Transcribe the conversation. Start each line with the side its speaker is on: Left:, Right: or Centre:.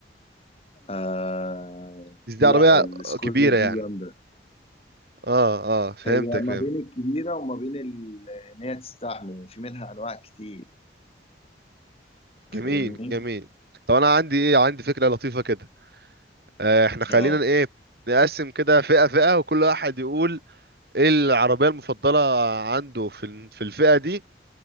Left: آه
Right: بس دي
Left: لا
Right: عربية
Left: السكودا
Right: كبيرة يعني
Left: دي جامدة
Right: اه اه فهمتك
Left: هي
Right: فهمت
Left: ما بين الكبيرة وما بين ال- إن هي تستحمل في منها أنواع كتير فاهمني؟
Right: جميل جميل طب انا عندي ايه عندي فكرة لطيفة كده آه احنا خلينا
Left: اه
Right: ايه نقسم كده فئة فئة وكل واحد يقول ايه العربية المفضلة عنده في ال- في الفئة دي